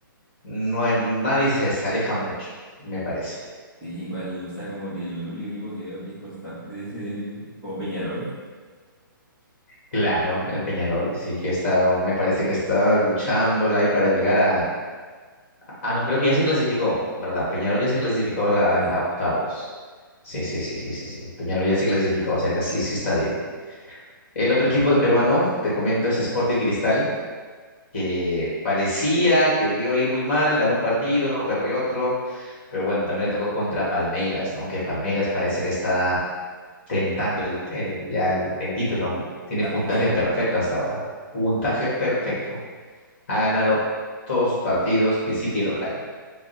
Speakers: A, on the left; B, in the centre.
A: no hay- nadie se, se aleja mucho, me parece.
B: Sí, igual, o sea, como que el único equipo que veo que es constante de ese es como Peñarol.
A: Claro, el Peñarol, sí que está, me parece que está luchándola ahí para llegar a. Ah, no, creo que ya se clasificó, ¿verdad? Peñarol ya se clasificó a, la-
B: Sí,
A: a octavos. Sí, sí, sí, sí, sí, sí. Peñarol ya se clasificó, o sea que sí, sí está bien. El otro equipo de peruano, te comento, es Sporting Cristal, que parecía que le iba a ir muy mal, ganó un partido, perdió otro, pero bueno, también le tocó contra Palmeiras, ¿no? Que Palmeiras parece que está tentando el, el- ya el, el título, ¿no? Tiene
B: está
A: puntaje
B: en fuego.
A: perfecto hasta ahora, puntaje perfecto. Ha ganado todos sus partidos, visita y local.